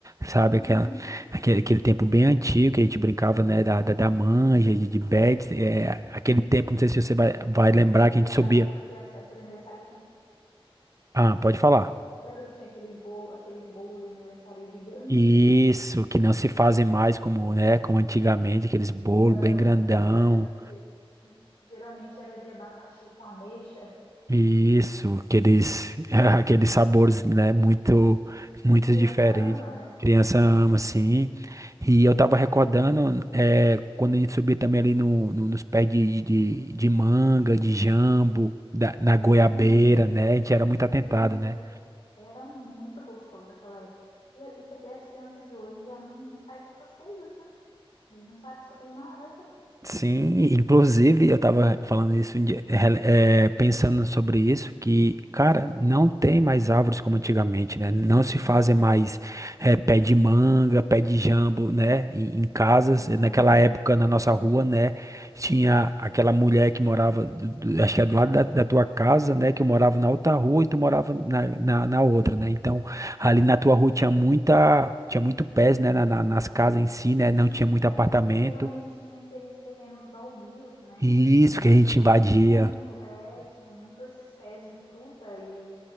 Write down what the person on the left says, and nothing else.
Uhum.
E,
e
a época que as festas de aniversário tinham
Lembra que tinha aqueles bolo, aqueles bolo de aniversário gigante?
Não,
que era ge- geralmente era de abacaxi com ameixa,
que criança
ama, né?
Então,
gente,
era era muito gostoso aquela época. E, a- e você vê as crianças de hoje já não, não faz essas coisas, né? Eles não sabem subir uma árvore.
Não,
não.
Tinha,
e, e geralmente tinha aqueles terrenos baldios, né?
E nesses
terrenos
tinha muito, é, tinha muito esses pés de fruta e,